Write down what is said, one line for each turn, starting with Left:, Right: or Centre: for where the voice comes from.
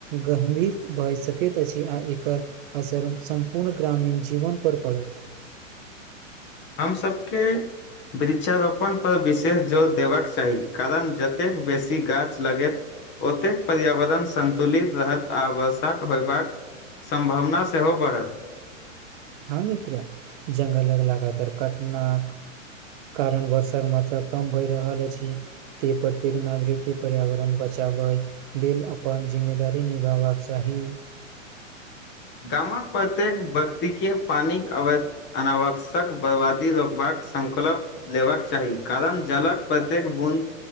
Right: गम्भीर भए सकैत अछि आ एकर असर सम्पूर्ण ग्रामीण जीवनपर पड़त।
Left: हम सबके वृक्षारोपण पर विशेष जोर देबाक चाही कारण जतेक बेसी गाछ लगैत ओतेक पर्यावरण संन्तुलित रहत आ वर्षाक होयबाक सम्भावना सेहो बढ़त।
Right: हँ मित्र जंगलक लगातार कटनाक कारण वर्षाक मात्रा कम भऽ रहल अछि। त प्रत्येक नागरिकके पर्यावरण बचा लेल अपन जिम्मेदारी निभबाक चाही।
Left: गामक प्रत्येक व्यक्ति के पानी अव अनावश्यक बर्बादी रोकबाक संकलक लेबाक चाही कारण जलक प्रत्येक बूंद